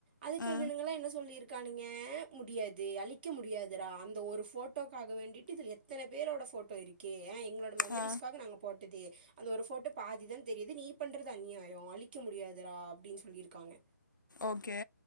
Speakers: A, on the right (about 30°); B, on the left (about 85°).
A: அதுக்கு
B: ஆ
A: இவனுங்களா என்ன சொல்லியிருக்கானீங்க முடியாது அழிக்க முடியாதுரா அந்த ஒரு போட்டோ போட்டோக்காக வேண்டிட்டு இதில் எத்தன பேரோட போட்டோ இருக்கீ ஏ எங்களோடய மெமரிஸ்க்காக
B: ஆ
A: நாங்க போட்டது அந்த ஒரு போட்டோ பாதிதான் தெரியுது நீ பண்றது அநியாயோ அழிக்க முடியாதுரா அப்டின்னு சொல்லி இருக்காங்க
B: ஓகே